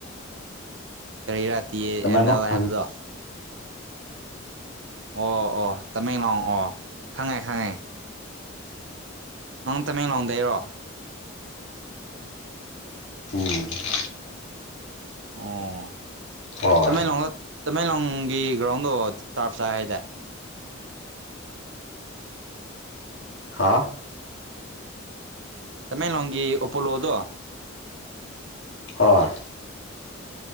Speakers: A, on the right; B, on the left.
A: ꯀꯔꯤ ꯔꯥ ꯇꯤ
B: ꯇꯃꯦꯡꯂꯣꯡ
A: ꯑꯦꯝ ꯑꯦꯜ ꯍꯥꯏꯕꯗꯣ
B: ꯈꯪ
A: ꯑꯣ ꯑꯣ ꯇꯃꯦꯡꯂꯣꯡ ꯑꯣ ꯈꯪꯉꯦ ꯈꯪꯉꯦ ꯅꯪ ꯇꯃꯦꯡꯂꯣꯡꯗꯩꯔꯣ
B: ꯎꯝ
A: ꯑꯣ
B: ꯍꯣꯏ
A: ꯇꯃꯦꯡꯂꯣꯡꯗ ꯇꯃꯦꯡꯂꯣꯡꯒꯤ ꯒ꯭ꯔꯥꯎꯟꯗꯣ ꯇꯥꯔꯞ ꯆꯥꯏ ꯍꯥꯏꯗ
B: ꯍꯥꯥ
A: ꯇꯃꯦꯡꯂꯣꯡꯒꯤ ꯑꯣꯄꯣꯂꯣꯗꯣ
B: ꯍꯣꯏ